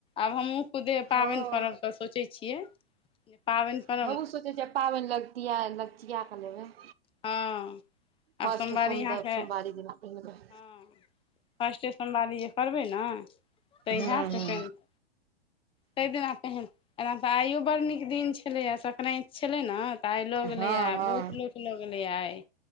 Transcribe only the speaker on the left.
आब हमहुूँ खुदे पाबनि
करब तऽ सोचैत छियै। पाबनि पर
हँ। आब
सोमवारी
अहाँके
हँ फर्स्टे सममवारी जे करबै ने, तऽ
इएह
सेकेण्ड तैं दिना पहिर एना तऽ आइयो बड़ नीक दिन छलैए है, सक्रा्ति छलै ने तऽ आइ लऽ गेलैए
बहुत लोक। लगले आइ,